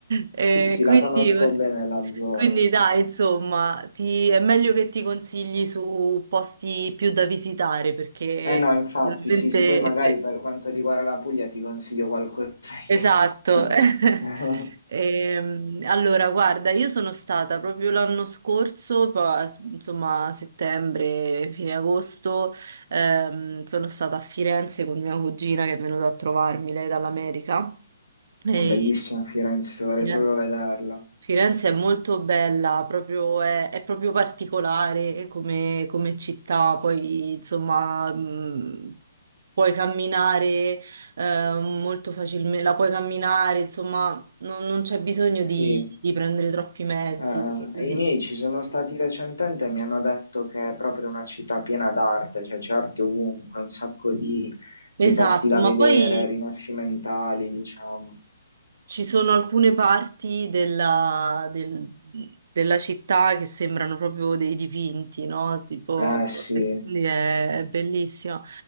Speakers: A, on the right; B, on the left.
A: Eh,
B: Sì, sì,
A: quindi,
B: la conosco bene la zona.
A: quindi dai, insomma, ti- è meglio che ti consigli su posti più da visitare perché
B: Eh no, infatti,
A: veramente...
B: sì, sì, poi magari per quanto riguarda la Puglia ti consiglio qualcosa
A: Esatto.
B: io.
A: <laughs>
B: Una
A: Ehm, allora, guarda, io sono stata proprio l'anno scorso, poi, insomma, settembre, fine agosto, ehm, sono stata a Firenze con mia cugina che è venuta a trovarmi, lei dall'America.
B: Bellissima
A: E
B: Firenze, vorrei
A: Firenze,
B: proprio vederla.
A: Firenze è molto bella, proprio- è, è proprio particolare come, come città, poi insomma mh, puoi camminare eh, molto facilmente, la puoi camminare, insomma non, non c'è bisogno
B: Sì,
A: di, di prendere troppi mezzi,
B: eh,
A: così.
B: i miei ci sono stati recentemente e mi hanno detto che è proprio una città piena d'arte, cioè c'è arte ovunque, un sacco di
A: Esatto,
B: di posti da
A: ma
B: vedere,
A: poi
B: rinascimentali, diciamo.
A: Ci sono alcune parti della, del- della città che sembrano proprio dei dipinti, no? Tipo,
B: Eh sì.
A: e quindi è,
B: Mm,
A: è bellissima.